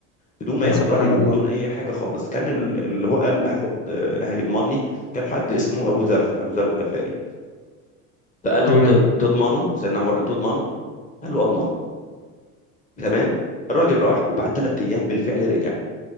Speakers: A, on the left; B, on the left.
A: بدون ما
B: يا
A: ياخد
B: سبحان
A: رأيه وبدون
B: الله
A: أي حاجة خالص كان ال- اللي هو قال هاخد آه، هيضمنني كان حد اسمه أبو ذر أبو ذر الغفاري فقال
B: تمام
A: له ت- تضمنه سيدنا عمر قال له تضمنه قال له أضمنه تمام الراجل راح وبعد ثلاث أيام بالفعل رجع